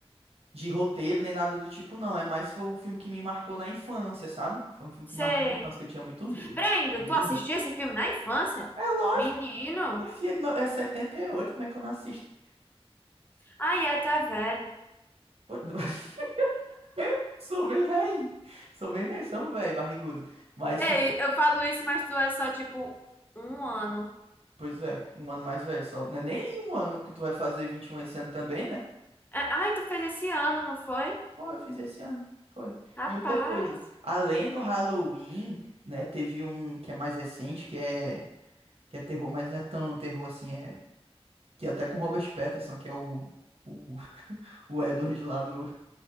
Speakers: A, on the right; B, on the left.
A: De roteiro nem nada do tipo, não. É mais foi um filme que me marcou na infância, sabe? Foi um filme
B: Sei.
A: que me marcou na infância, que eu tinha muito medo.
B: Peraí, ainda,
A: Morri
B: tu
A: de
B: assistiu
A: medo.
B: esse filme na infância?
A: É lógico.
B: Menino?
A: Minha filha é de no- é 78, como é que eu não assisto?
B: Ai, é, tu é velho.
A: Pô, <laughs> Sou bem velho. Sou bem velho, sou um velho, barrigudo. Mas,
B: Ei,
A: tipo,
B: eu falo isso, mas tu é só, tipo, um ano.
A: pois é, um ano mais velho só. Não é nem um ano, porque tu vai fazer 21 esse ano também, né?
B: É, Ai, tu fez esse ano, não foi?
A: Foi, eu fiz esse ano. Foi.
B: Rapaz.
A: E outra coisa, além do Halloween, né, teve um que é mais recente, que é, que é terror, mas não é tão terror assim, é que é até com Robert Pattinson, que é o, o, <laughs> o Edward lá do